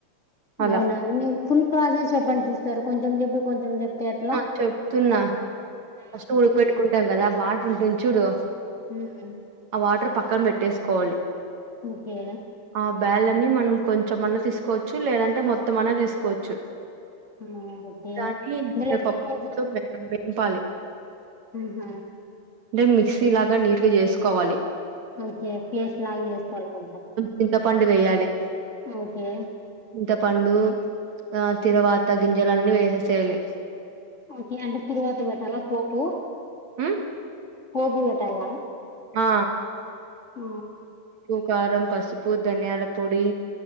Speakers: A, on the right; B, on the left.
A: అలా
B: అవునా మీర్ ఫుల్ ప్రాసెస్ చెప్పండి సిస్టర్ కొంచెం జెప్పి కొంచెం జెప్తే ఎట్లా
A: ఆ చెప్తున్నా
B: ఆ
A: ఫస్ట్
B: చెప్పండి
A: ఉడక పెట్టుకుంటాం కదా అ వాటర్ ఉంటుంది చూడు
B: ఉమ్
A: ఆ వాటర్ పక్కన పెట్టేసుకోవాలి
B: ఓకే
A: ఆ బ్యాడ్న్నీ మనం కొంచెమన్న తీసుకోవచ్చు లేదంటే మొత్తంమన్న తీసుకోవచ్చు
B: ఆ
A: దాన్ని
B: ఇందులో
A: పె పప్పు
B: తీసుకోండి
A: <inaudible> తో మే <inaudible> పాలి
B: ఉమ్ హ్
A: అంటే మిక్సీ లాగా నీట్గా జేసుకోవాలి
B: ఓకే పేస్ట్ లాగా చేసుకోవాలి కొంచెం
A: చింత పండు వేయాలి
B: ఓకే
A: చింత పండు ఆ తరువాత గింజలన్నీ వేసేసెయాలి
B: ఓకే అండి తురువాత పెట్టలా పోపూ
A: ఆ
B: పోపు బెట్టాల
A: ఆ
B: ఆ
A: ప్పు, కారం, పసుపు, ధనియాల పొడి